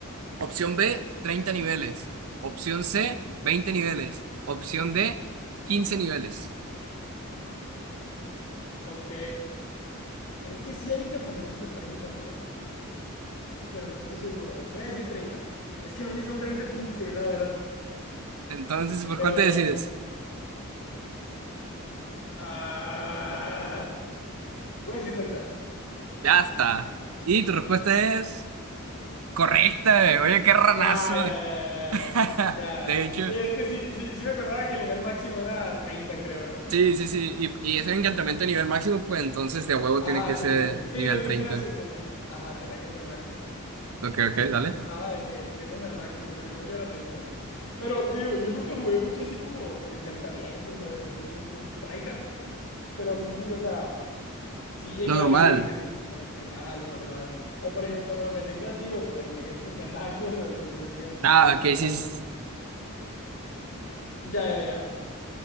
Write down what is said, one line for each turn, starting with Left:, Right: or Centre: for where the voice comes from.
Right: Opción B, 30 niveles. Opción C, 20 niveles. Opción D, 15 niveles.
Left: Ok. Creo que sí hay encantamientos de 30, ¿no? Pero no estoy seguro. Voy a decir 30. Es que no sé si son 30 o 15, la verdad.
Right: Entonces, ¿por
Left: Pero...
Right: cuál te decides?
Left: Ah, voy a decir 30.
Right: Ya está. Y tu respuesta es correcta, güey. Oye, qué ranazo,
Left: Ya, ya,
Right: güey.
Left: ya, ya,
Right: <laughs>
Left: ya. Ya.
Right: De hecho.
Left: Sí, es que sí, sí, sí me acordaba que el nivel máximo era 30, creo, ¿no?
Right: Sí, sí, sí. Y, y es un encantamiento
Left: Sí.
Right: a nivel máximo, pues entonces de huevo
Left: Ajá,
Right: tiene que
Left: sí,
Right: ser
Left: sí. Sí,
Right: nivel
Left: looting
Right: 30.
Left: 3 sí tenía. Ajá, tenía que ser máximo.
Right: Ok,
Left: Entonces
Right: ok,
Left: por
Right: dale.
Left: eso estaba de que yéndome al máximo, pues según yo era treinta Pero digo, yo nunca jugué mucho así como con encantamientos o de que así bien, bien, tryhard. Pero sí, o sea, sí llegué
Right: Lo normal.
Left: a ver que se necesitaban treinta ajá, lo normal. O por ejemplo, cuando me metí en creativo, pues de que <laughs> me encantaban cosas, los ponía
Right: Ah,
Left: al
Right: que sí,
Left: máximo.
Right: sí, sí.
Left: Ya, ya, ya.